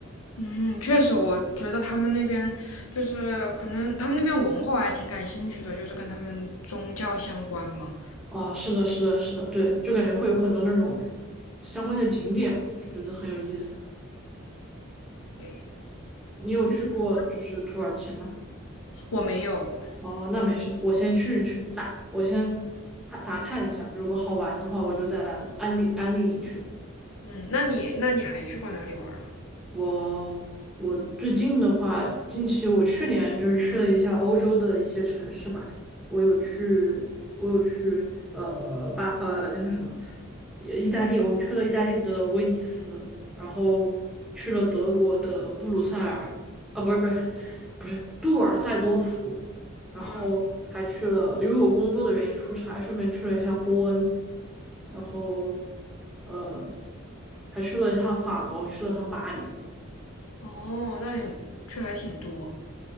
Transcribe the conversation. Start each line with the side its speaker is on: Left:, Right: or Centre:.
Left: 嗯，确实，我觉得他们那边就是可能他们那边文化我还挺感兴趣的，就是跟他们宗教相关嘛。
Centre: 啊，是的，是的，是的，对，就感觉会有很多那种相关的景点吧，就觉得很有意思。
Left: 对，
Centre: 你有去过就是土耳其吗？
Left: 嗯，我没有，
Centre: 哦，
Left: 我没，
Centre: 那没事，我先去去打，我先打打探一下，如果好玩的话，我就再来安利安利你去。
Left: 嗯，那你那你还去过哪里玩儿啊？
Centre: 我我最近的话，近期我去年就是去了一下欧洲的一些城市吧，我有去，我有去呃巴呃那个什么，意大利，我去了意大利的威尼斯，然后去了德国的布鲁塞尔，啊不是不是不是杜尔塞多夫，然后还去了，
Left: 嗯，
Centre: 因为我工作的原因出差，顺便去了一下波恩，然后呃还去了一趟法国，去了趟巴黎。
Left: 哦，那你去还挺多。